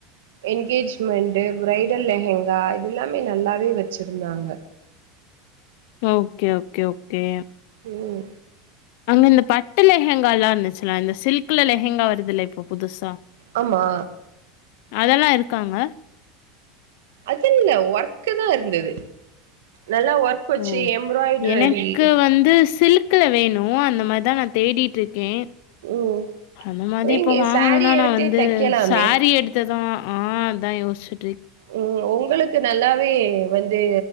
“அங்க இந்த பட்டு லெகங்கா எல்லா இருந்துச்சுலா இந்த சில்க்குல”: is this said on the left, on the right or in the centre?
Left